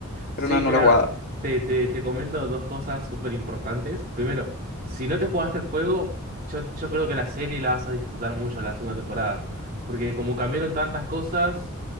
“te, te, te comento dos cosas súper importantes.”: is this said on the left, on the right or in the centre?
Right